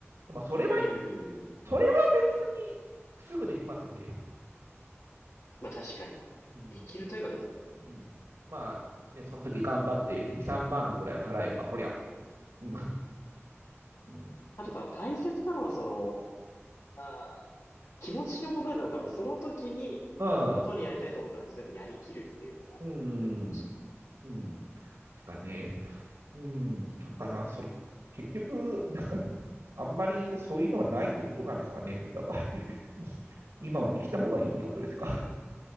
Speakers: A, on the right; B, on the left.
A: でも、それは、
B: うん。うーん
A: それは別にすぐできますよね。
B: まあ確かに。
A: うん。
B: できるといえばできますね。
A: うん。まあ、ね、その時頑張って2、3万ぐらい払えば、おりゃと。うん。うん。
B: あと多分大切なのはその、あー、気持ちの問題な多分その時に本当にやりたいと思ったこと全部やりきるっていうのがいいのかもし
A: うん。うん。うん。しかね。うん、なんかな、それ、結局、なんかね、あんまりそういうのはないってことなんですかね、お互い。<laughs> 今を生きた方がいいってことですか。
B: れない。うん。